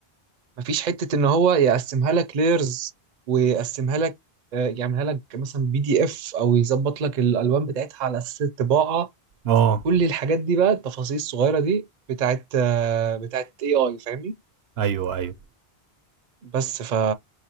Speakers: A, on the right (about 50°); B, on the right (about 75°).
A: مفيش حته ان هو يقسمها لك لايرز ويقسمها لك آه، يعملها لك مثلا بي دي اف او يظبط لك الالوان بتاعتها على اساس الطباعه
B: اه
A: كل الحاجات دي بقى التفاصيل الصغيره دي بتاعت آه، بتاعت اي اي فاهمني
B: ايوه ايوه
A: بس ف